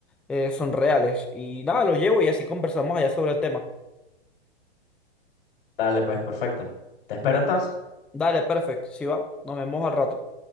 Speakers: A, in the centre; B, on the left (about 60°).
A: eh, son reales. Y nada, lo llevo y así conversamos allá sobre el tema.
B: Dale, pues, perfecto. Te espero
A: Da-
B: entonces.
A: Dale, perfecto, si va, nos vemos al rato.